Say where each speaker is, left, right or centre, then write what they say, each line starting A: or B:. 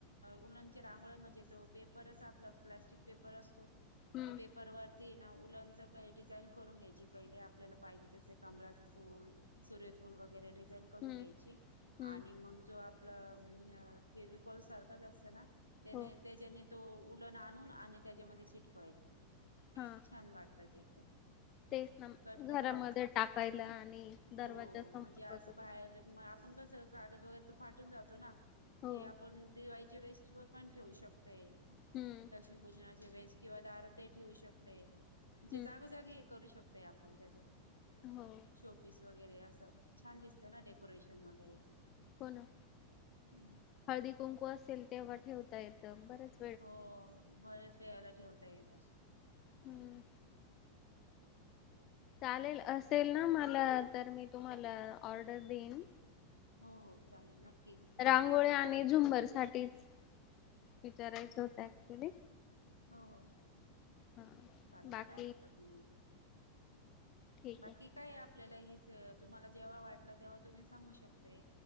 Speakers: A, on the left; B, on the left.
A: उलनचे रांगोळे म्हणजे तो पेपरच आपला प्लास्टिक पेपर असतो
B: हम्म.
A: ते पे परवा ती ना उलनच डिझाईन करून घ्यायची पहिले आपल्याला पाहिजे तस कमळाचं फूल सूर्यफूल वगैरे डिझाईन करून
B: हम्म
A: घ्यायची
B: हम्म
A: आणि मंग जो आपला फेविकॉल सारखाच असतो ना त्याने
B: हो
A: त्याच्याने तो उलन आणून आणि त्याच्यामध्ये चिटकवायचं.
B: हा.
A: छान वाटतं ते पण.
B: तेच ना
A: कट करून
B: घरामध्ये
A: घ्यायच.
B: टाकायला आणि दरवाजा
A: हो
B: समोर
A: म्हणजे असं
B: वगैरे.
A: बाहेर आपण कसं कागद वगैरे तो फाटून जातो ना.
B: हो
A: हे आपण दिवाळीचे वेळेस पण ठेवू शक तय.
B: हम्म
A: लक्ष्मी पूजनाचे वेस किंवा दार ते ठेवू शकतय. म्हणजे
B: हम्म
A: जागोजागी हे करू शकतय आपण त्याच
B: हो.
A: शोपीस वगैरे असं छान दिसतं ना डेकोरेशन वगैरे.
B: हो न.
A: हम्म.
B: हळदी, कुंकू असेल तेव्हा ठेवता येतं बरंच
A: हो. बऱ्याच वेळाला ठेवता येत.
B: हम्म. चालेल असेल ना मला तर मी तुम्हाला ऑर्डर देईन.
A: हो हो चालेल नक्की नक्की
B: रांगोळ्या
A: सांग.
B: आणि झुंबर साठीच विचारायचं होत ऍक्च्युली.
A: हो हो,
B: हा.
A: चालेल
B: बाकी
A: काय हरकत नाही म.
B: ठीक
A: बाकी
B: आहे
A: काय हे आपल्याला हेच तुम्हाला जेव्हा वाटला तेव्हा तुम्ही सांगू शकताय.